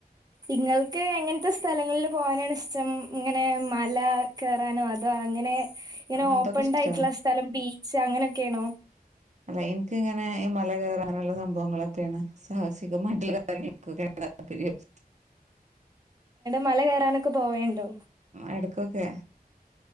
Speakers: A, on the right; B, on the right.
A: നിങ്ങൾക്ക് എങ്ങനത്തെ സ്ഥലങ്ങളിൽ പോകാനാണ് ഇഷ്ടം ഇങ്ങനെ മല കയറാനോ അതോ അങ്ങനെ
B: പ്രശ്നം
A: ഇങ്ങനെ
B: അങ്ങനത്തൊക്കെ
A: ഓപ്പണ്ടായിട്ടുള്ള
B: ഇഷ്ടാ
A: സ്ഥലം ബീ അങ്ങനെയൊക്കെയാണോ
B: അല്ല എനിക്ക് ഇങ്ങനെ മല കയറാനുള്ള സംഭവങ്ങളൊക്കെയാണ് സാഹസികമായിട്ടുള്ള കാര്യങ്ങളൊക്കൊക്കെയ താല്പര്യം
A: മല കയറാനൊക്കെ പോവുണ്ടോ
B: എടക്കൊക്കെ